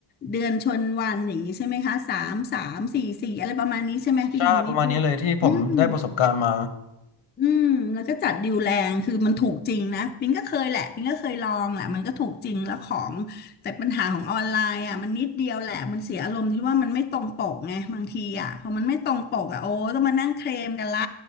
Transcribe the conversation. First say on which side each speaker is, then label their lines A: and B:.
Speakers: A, on the left; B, on the left.
A: เดือนชนวันอย่างนี้ใช่ไหมคะสามสามสี่สี่อะไรประมาณนี้ใช่ไหมที่คุณโทนี่พูดอืม
B: ใช่ประมาณนี้เลยที่ผมได้ประสบการณ์มา
A: อืมแล้วก็จัดดิวแรงคือมันถูกจริงนะปิงก็เคยแหละปิงก็เคยลองแหละมันก็ถูกจริงแล้วของแต่ปัญหาของออนไลน์อ่ะมันนิดเดียวแหละมันเสียอารมณ์ที่ว่ามันไม่ตรงปกไงบางทีอ่ะพอมันไม่ตรงปกอ่ะโอ้ต้องมานั่งเคลมกันละ